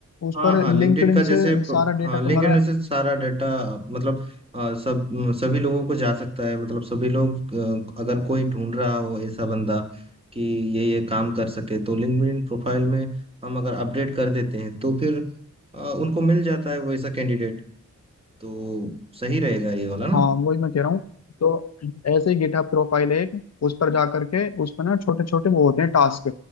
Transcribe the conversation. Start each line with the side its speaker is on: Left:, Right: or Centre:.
Left: उस
Right: हाँ
Left: पर
Right: हाँ लिंक्डइन
Left: लिंक्डइन
Right: का जैसे
Left: से
Right: प्रो-
Left: सारा
Right: हाँ
Left: डेटा तुम्हारा
Right: लिंक्डइन से सारा डाटा मतलब आ, सब म, सभी लोगों को जा सकता है मतलब सभी लोग आ, अगर कोई ढूंढ रहा हो ऐसा बंदा कि ये ये काम कर सके तो लिंक्डइन प्रोफाइल में हम अगर अपडेट कर देते हैं तो फिर आ, उनको मिल जाता है वैसा कैंडिडेट तो सही रहेगा ये वाला ना
Left: हाँ वही मैं कह रहा हूँ तो ऐसे ही गिटहब प्रोफाइल है एक उस पर जा करके उस पर ना छोटे छोटे वो होते हैं टास्क